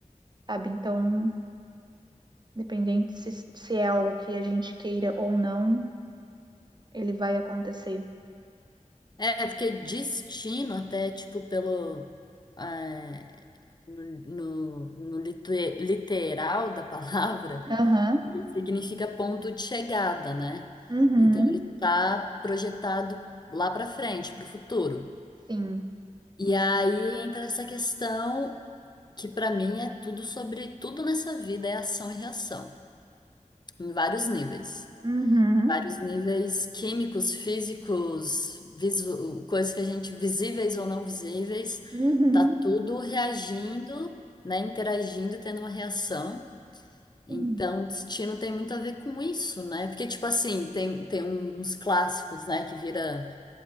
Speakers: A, on the right (about 35°); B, on the left (about 30°).
A: sabe? Então, independente se, se é algo que a gente queira ou não, ele vai acontecer.
B: É, porque destino até, tipo, pelo... é, no, no, no lite- literal da palavra,
A: Aham.
B: <laughs> ele significa ponto de chegada, né?
A: Uhum.
B: Então, ele está projetado lá para frente, para o futuro.
A: Sim.
B: E aí entra essa questão que, para mim, é tudo sobre... Tudo nessa vida é ação e reação, em vários níveis.
A: Uhum.
B: Vários níveis químicos, físicos, visu- coisas que a gente, visíveis ou não visíveis,
A: Uhum.
B: tá tudo reagindo, né? Interagindo, tendo uma reação. Então,
A: Sim.
B: destino tem muito a ver com isso, né? Porque, tipo assim, tem, tem um, uns clássicos, né? Que vira